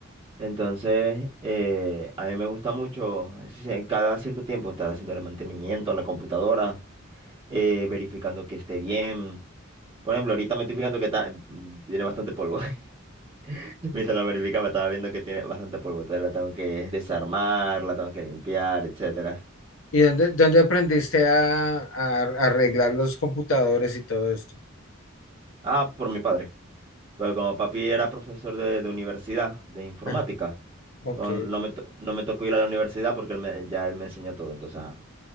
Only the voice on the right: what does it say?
Entonces, eh, a mí me gusta mucho, es decir, en cada cierto tiempo, estar haciendo el mantenimiento a la computadora, eh, verificando que esté bien. Por ejemplo, ahorita me estoy fijando que está- mm, tiene bastante polvo. <laughs> Mientras la verificaba, estaba viendo que tiene bastante polvo. Entonces la tengo que desarmar, la tengo que limpiar, etcétera.
Ah, por mi padre. Pero como papi era profesor de, de universidad, de informática,
no, no me, to- no me tocó ir a la universidad porque él me- ya él me enseñó todo. Entonces, ah.